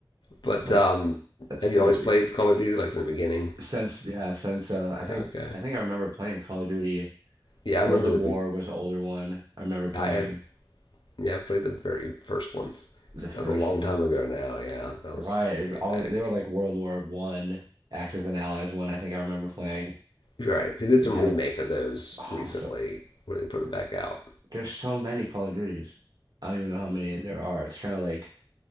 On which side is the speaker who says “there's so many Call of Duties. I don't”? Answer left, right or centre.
Right